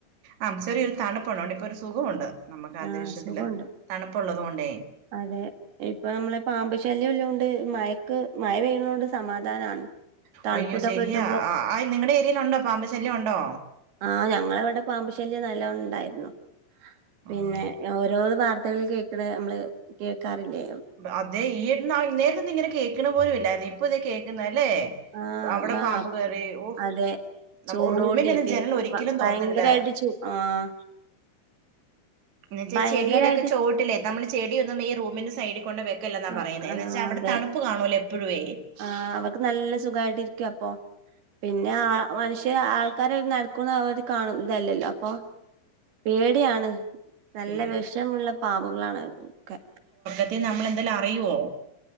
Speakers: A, on the right; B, on the right.
A: ആഹ് ചെറിയൊരു തണുപ്പ്ള്ളോ ണ്ട് ഇപ്പൊ ഒരു സുഖോണ്ട് നമുക്ക് അന്തരീക്ഷത്തില്
B: ആഹ് സുഖമുണ്ട്
A: തണുപ്പ്ള്ളതോണ്ടേ
B: അതെ ഇപ്പൊ നമ്മള് പാമ്പ് ശല്യല്ലോണ്ട് മയക്ക് മയ പെയ്യ്ണോണ്ട് സമാധാനാണ് തണുപ്പ്
A: അയ്യോ
B: ഇതൊക്കെ
A: ശെരിയാ
B: കിട്ടുമ്പോ
A: ആഹ് ആയ് നിങ്ങടെ ഏരിയേല്ണ്ടോ പാമ്പ് ശല്യം ഒണ്ടോ
B: ആഹ് ഞങ്ങളവടെ പാമ്പ് ശല്യം നല്ലോം ഉണ്ടായിര്ന്നു
A: ആ
B: പിന്നെ ഓരോന്ന് വാർ ത്തകളിൽ കേക്ക്‌ണെ നമ്മള് കേക്കാറില്ലേ
A: അതേ ഈ <unintelligible> ഇന്നേരത്തൊന്നും ഇങ്ങനെ കേക്ക്‌ണ പോലും ഇല്ലാര്ന്നു ഇപ്പൊ ഇതേ കേക്ക്ന്ന് അല്ലേ
B: ആഹ്
A: അവടെ
B: ബാ
A: പാമ്പ് കേറി ഓഹ്
B: അതെ
A: നമ്മ
B: ചൂടോണ്ടേ
A: റൂമിന്റെ ഒന്നും
B: പെ
A: ജനല് ഒരിക്കലും
B: ഭയങ്കരായിട്ട്
A: തൊറന്നിട്ല്ല
B: ചൂ ആഹ്
A: എന്ന് വെച്ചാ
B: ഭയങ്കരായിട്ട്
A: ചെടീടൊക്കെ ചോട്ടിലേ നമ്മള് ചെടിയൊന്നും ഈ റൂമിന്റെ സൈഡിക്കൊണ്ട് വെക്ക ക്കല്ലാന്നാ
B: ആഹ്
A: പറയുന്നെ എന്ന്
B: ആഹ്
A: വെച്ചാ അവടെ
B: അതെ
A: തണുപ്പ് കാണൂല്ലേ എപ്പഴുയ്‌
B: ആഹ് അവർക്ക് നല്ല സുഖായിട്ട് ഇരിക്കപ്പം പിന്നെ ആ മനുഷ്യന് ആൾ ക്കാരെ ഒരു നെൽക്കും <unintelligible> ഇതല്ലല്ലപ്പൊ പേടിയാണ് നല്ല
A: പേടി
B: വെഷമുള്ള പാമ്പുകളാണ് ഒക്കെ
A: ത്തിയ നമ്മള് എന്തേലും അറിയോ